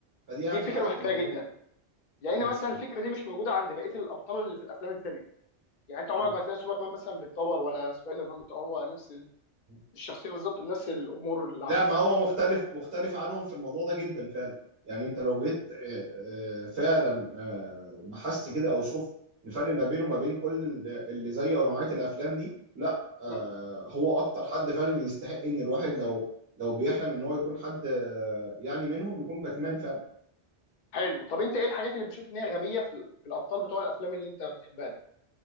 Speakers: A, on the right; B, on the left.
A: فدي
B: دي
A: اهم
B: فكره
A: حاجه
B: بحبها
A: في الموضوع
B: جدا لان
A: مم.
B: مثلا
A: مم.
B: الفكره دي مش موجوده عند بقيه الابطال اللي في الافلام التانيه يعني انت عمرك
A: مم.
B: ما هتلاقي سوبرمان مثلا بيتطور ولا سبايدر مان بيتطور نفس ال-
A: مم.
B: الشخصيه بالظبط نفس الامور اللي
A: لا
B: عنده
A: ما هو مختلف مختلف عنهم في الموضوع ده جدا فعلا يعني انت لو جيت آه، آه، فعلا آه، بحثت كده او شفت الفرق ما بينه وما بين كل ال- اللي زيه او نوعية الافلام دي لا آه،
B: مم.
A: هو اكتر حد فعلا يستحق ان الواحد لو لو بيحلم ان هو يكون حد آه، يعني منهم يكون باتمان فعلا
B: حلو طب انت ايه الحاجات اللي بتشوف ان هي غبيه في ال- في الابطال بتوع الافلام اللي انت بتحبها دي